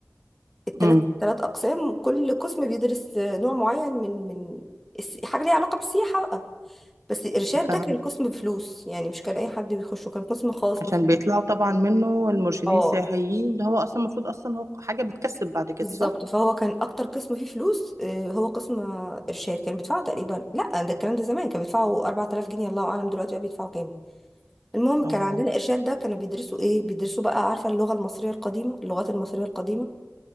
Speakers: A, in the centre; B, on the right (about 85°).
A: الثلاث
B: امم
A: ثلاث اقسام كل قسم بيدرس نوع معين من من الس- حاجه ليها علاقه بالسياحه بقى بس الارشاد
B: فاهم
A: ده كان قسم بفلوس يعني مش كان اي حد بيخشه كان قسم خاص
B: عشان
A: بفلوس
B: بيطلعوا طبعا منه المرشدين
A: اه
B: السياحيين اللي هو اصلا المفروض اصلا هو حاجه بتكسب بعد كده
A: بالظبط
B: صح
A: فهو كان اكتر قسم فيه فلوس آه، هو قسم آه، ارشاد كان بيدفعوا تقريبا لا ده الكلام ده زمان كان بيدفعوا 4000 جنيه الله اعلم دلوقتي بقى بيدفعوا كام المهم
B: اه
A: كان عندنا ارشاد ده كانوا بيدرسوا ايه بيدرسوا بقى عارفه اللغه المصريه القديمه اللغات المصريه القديمه